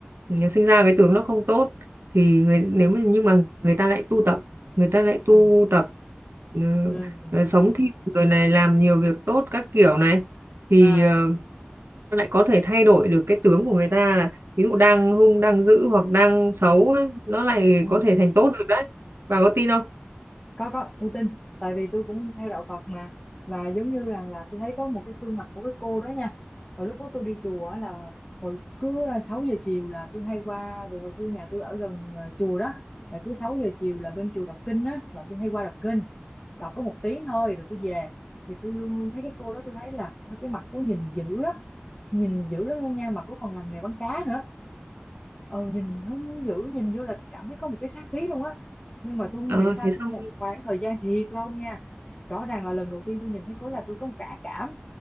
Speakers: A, on the right; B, on the left.
A: ừ, sinh ra cái tướng nó không tốt thì người nếu mà nhưng mà người ta lại tu tập người ta lại tu
B: ừ
A: tập ừ,
B: ừ
A: ờ, sống thiện rồi này làm nhiều việc tốt các kiểu này thì
B: à
A: ờ, lại có thể thay đổi được cái tướng của người ta là ví dụ đang hung đang dữ hoặc đang xấu ấy, nó lại
B: ừ.
A: có thể thành tốt được đấy bà có tin không
B: có có tôi tin tại vì tôi cũng theo đạo Phật mà và giống như rằng là tôi thấy có một cái gương mặt của cái cô đó nha hồi lúc đó tôi đi chùa á là hồi cứ à, 6 giờ chiều là tôi hay qua vì hồi xưa nhà tôi ở gần ờ, chùa đó là cứ 6 giờ chiều là bên chùa đọc kinh á là tôi hay qua đọc kinh đọc có một tiếng thôi rồi tôi về thì tôi luôn luôn thấy cái cô đó tôi thấy là sao cái mặt cô nhìn dữ lắm nhìn dữ lắm luôn nha mà cô còn làm nghề bán cá nữa ờ nhìn hung dữ nhìn vô là cảm thấy có một cái sát khí luôn á nhưng mà tôi không
A: ờ,
B: hiểu sao
A: thế
B: sau
A: xong
B: một khoảng thời gian thiệt lâu nha rõ ràng là lần đầu tiên tôi nhìn thấy cố là tôi có một cả cảm